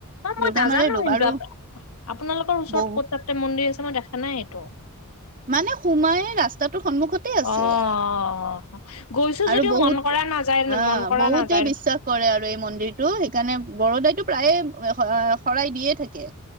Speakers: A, on the left; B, on the right.
A: অ,
B: দুৰ্গা
A: মই নাজানো
B: মাৰে ৰূপ
A: কিন্তু,
B: আৰু
A: আপোনালোকৰ ওচৰত
B: বহু
A: ক'ত তাতে মন্দিৰ আছে। মই দেখা নাই এইটো।
B: মানে সোমাই ৰাস্তাত সন্মুখতে আছে।
A: অ', গৈছো
B: আৰু
A: যদিও
B: বহুত,
A: মন কৰা নাযায়
B: আ',
A: মন কৰা
B: বহুতে
A: নাযায়
B: বিশ্বাস কৰে আৰু এই মন্দিৰটো সেইকাৰণে বৰদাইটো প্ৰায়ে শৰাই দিয়ে থাকে।